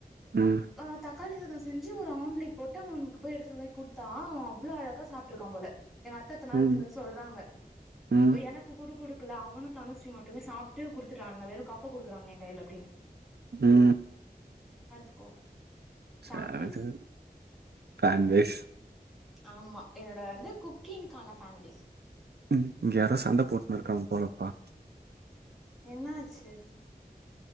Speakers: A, on the right; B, in the centre.
A: ம்
B: அ தாக்காளி சாதோ செஞ்சு ஒரு ஆம்லேட் போட்டு அவனுக்கு போய் எடுத்துட்டு போய் குடுத் தா அவ அவ்ளோ அழகா சாப்ட்ருக்கா போல எங்க அத்த இத்தன் நாள்
A: ம்
B: எத்துனுவந் சொல்றாங்க
A: ம்
B: ஒய் எனக் கு கூடு குடுக்ல அவனு தனுஸ்ரீ மட்டுமே சாப்ட்டு குடுத்துட்றானுங்க வெரு கப்ப குடுக்குறாங்க எ கைல அப்டின்னு
A: ம்
B: பாத்துக்கோ ஃபேன்
A: சேரி
B: பேஸ்
A: சேரி ஃபேன் பேஸ்
B: ஆமா என்னோட வந்து குக்கிங்கான ஃபேன் பேஸ்
A: ம் இங்க யாரோ சண்ட போட்ன்னு இருக்காங்க போலப்பா
B: என்னாச்சு